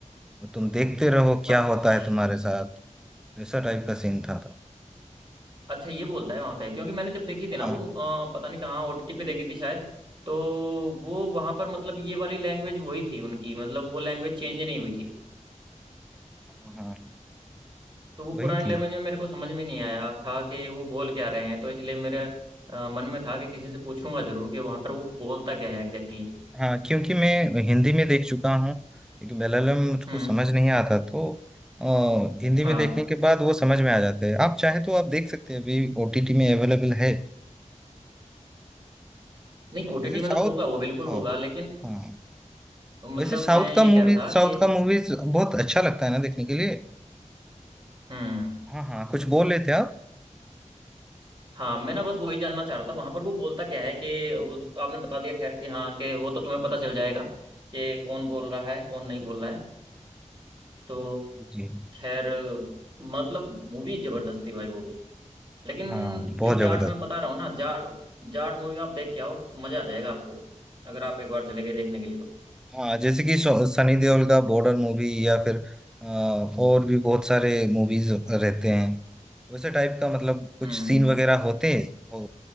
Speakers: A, in the centre; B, on the right.
A: तो तुम देखते रहो क्या
B: अच्छा
A: होता है तुम्हारे साथ ऐसा टाइप का सीन था तो
B: अच्छा ये बोलता है वहां पे क्योंकि मैंने जब देखी थी ना
A: हाँ
B: वो अ, पता नहीं कहाँ ओटीटी पे देखी थी शायद तो वो वहां पर मतलब ये वाली लैंग्वेज वही थी उनकी मतलब वो लैंग्वेज चेंज नहीं हुई थी
A: हाँ हाँ
B: तो वो पुरानी
A: वही थी
B: लैंग्वेज में मेरे को समझ में नहीं आया था कि वो बोल क्या रहे हैं तो इसलिए मेरे अ, मन में था कि किसी से पूछूंगा जरूर कि वहां पर वो बोलता क्या है एग्जैक्टली exactly.
A: हाँ क्योंकि मैं हिंदी में देख चुका हूँ क्योंकि मलयालम मुझको
B: हम्म
A: समझ नहीं आता तो अ, हिंदी
B: हाँ
A: में देखने के बाद वो समझ में आ जाते हैं आप चाहे तो आप देख सकते हैं अभी ओटीटी में अवेलेबल है
B: नहीं ओटीटी
A: वैसे साउथ
B: में तो होगा वो बिल्कुल
A: हाँ
B: होगा लेकिन
A: हाँ
B: मतलब
A: वैसे साउथ
B: मैं ये
A: का मूवी
B: कह रहा था
A: साउथ
B: कि
A: का मूवीज बहुत अच्छा लगता है ना देखने के लिए
B: हम्म
A: हाँ हाँ कुछ बोल लेते आप
B: हाँ मैं ना बस वही जानना चाह रहा था वहां पर वो बोलता क्या है कि वो- आपने बता दिया खैर कि हाँ कि वो तो तुम्हें पता चल जाएगा कि कौन बोल रहा है कौन नहीं बोल रहा है तो
A: जी
B: खैर मतलब मूवी जबरदस्त थी भाई वो भी लेकिन
A: हाँ बहुत
B: जो
A: जबरदस्त
B: जाट मैं बता रहा हूँ ना जाट जाट मूवी आप देख के आओ मजा आ जाएगा आपको अगर आप एक बार चले गए देखने के लिए तो
A: हाँ जैसे कि सो- सनी देओल का बॉर्डर मूवी या फिर अ, और भी बहुत सारे मूवीज रहते हैं वैसे टाइप का मतलब कुछ
B: हम्म
A: सीन वगैरह होते हो